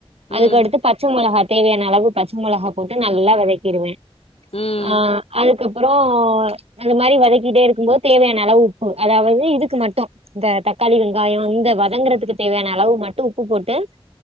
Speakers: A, on the left; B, on the right.
A: ம்
B: அதுக்கடுத்து பச்ச மொளகா தேவையான அளவு பச்ச மொளகா போட்டு நல்லா வதக்கிருவே
A: ம் ம்
B: ஆ அது அதுக்கப்றோ அந்த மாரி வதக்கிட்டே இருக்கும்போது தேவையான அளவு உப்பு அதாவது இதுக்கு மட்டு இந்த தக்காளி வெங்காயோ இந்த வ வதங்குறதுக்கு தேவையான அளவு மட்டு உப்பு போட்டு